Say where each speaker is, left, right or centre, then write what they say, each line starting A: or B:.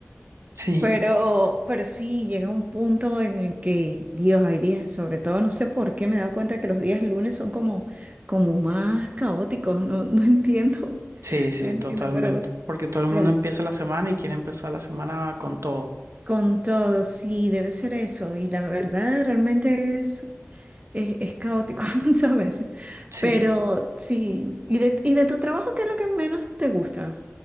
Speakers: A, on the right (about 75°); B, on the right (about 30°).
A: Sí,
B: pero, pero sí, llega un punto en el que, Dios, hay días, sobre todo, no sé por qué me he dado cuenta que los días lunes son como, como más caóticos, no, no entiendo,
A: sí,
B: <laughs>
A: sí,
B: no entiendo,
A: totalmente.
B: pero
A: Porque todo el mundo
B: el-
A: empieza la semana y quiere empezar la semana con todo.
B: con todo, sí, debe ser eso. Y la verdad, realmente es, es, es caótico <laughs> muchas veces.
A: Sí,
B: Pero sí, ¿y de, y de tu trabajo qué es lo que menos te gusta?